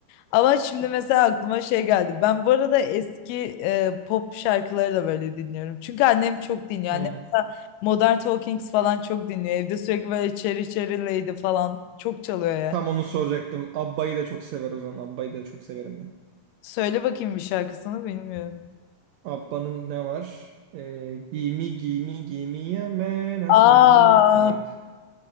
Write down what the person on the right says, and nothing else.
Hmm.
Tam onu soracaktım. Abba'yı da çok sever o zaman. Abba'yı da çok severim ben.
Abba'nın ne var? Ee, Gimme Gimme Gimme a Man After
Midnight.